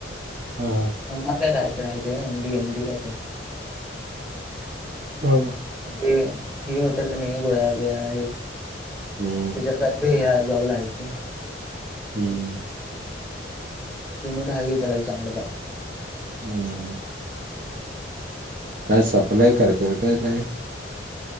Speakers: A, on the right (about 45°); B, in the centre.
A: हा..
B: म का कायच राह ते एम, डी, एम, डी कायच.
A: हम्म.
B: म्हणजे हे होत का नाही गोळ्याबिया हे
A: हम्म
B: त्याच्यार का ते जॉबलाय आहेत ते.
A: हम्म..
B: सिमंट आहे त्याला चगलं पा
A: हम्म. काय सप्लाय करतो काय, काय?